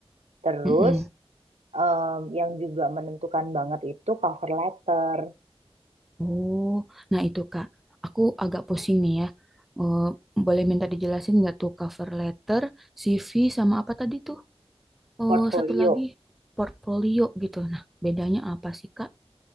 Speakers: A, on the right; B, in the centre.
A: Terus
B: Mm-mm.
A: em, yang juga menentukan banget itu cover letter,
B: Oh, nah itu Kak, aku agak pusing nih ya. Eh, boleh minta dijelasin nggak tuh cover letter, CV, sama apa tadi tuh? Oh,
A: portfolio.
B: satu lagi portfolio gitu. Nah, bedanya apa sih Kak?